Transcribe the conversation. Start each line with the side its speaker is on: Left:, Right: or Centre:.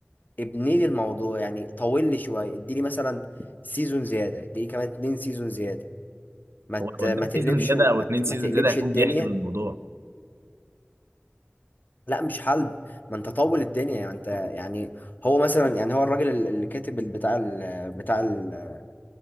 Left: ابني لي الموضوع يعني طول لي شويه اديني مثلا سيزون زياده اديني كمان اتنين سيزون زياده ما
Right: هو
Left: ت-
Right: لو
Left: ما
Right: اداك
Left: تقلبش
Right: سيزون زياده
Left: وما
Right: او اتنين
Left: ت-
Right: سيزون
Left: ما تقلبش
Right: زياده هيكون
Left: الدنيا
Right: بيحلب الموضوع
Left: لا مش حلب ما انت طول الدنيا يعني انت يعني هو مثلا يعني هو الراجل ال- اللي كاتب ال- بتاع ال بتاع ال-